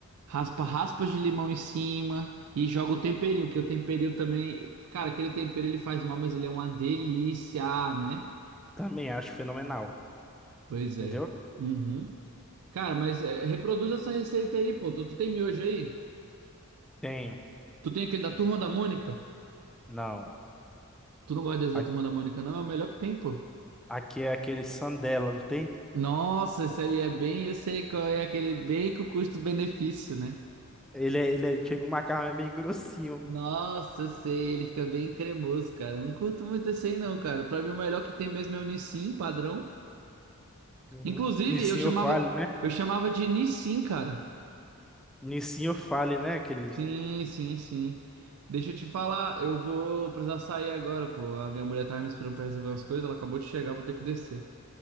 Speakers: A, on the right; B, in the centre.
A: Raspa raspas de limão em cima e joga o temperinho, que o temperinho também. Cara, aquele tempero ele faz mal, mas ele é uma delícia, ah, né?
B: Também acho fenomenal.
A: Pois
B: Entendeu?
A: é. Uhum. Cara, mas é, reproduz essa receita aí, pô. Tu, tu tem miojo aí?
B: Tenho.
A: Tu tem aquele da Turma da Mônica?
B: Não.
A: Tu não gosta desse da
B: Aqui,
A: Turma da Mônica, não? É o melhor que tem, pô.
B: Aqui é aquele sandela, não tem?
A: Nossa, esse aí é bem, eu sei qual é aquele bem com custo-benefício, né?
B: Ele, é- ele é- chega um macarrão é meio grossinho.
A: Nossa, eu sei, ele fica bem cremoso, cara. Eu não curto muito esse aí não, cara. Pra mim o melhor que tem mesmo é o Nissin padrão.
B: Uhum.
A: Inclusive,
B: Nissinho
A: eu chamava,
B: fale, né?
A: eu chamava de Nissin, cara.
B: Nissinho fale, né? Aquele...
A: Sim, sim, sim. Deixa eu te falar, eu vou precisar sair agora, pô. A minha mulher tava me esperando pra resolver umas coisas, ela acabou de chegar, vou ter que descer.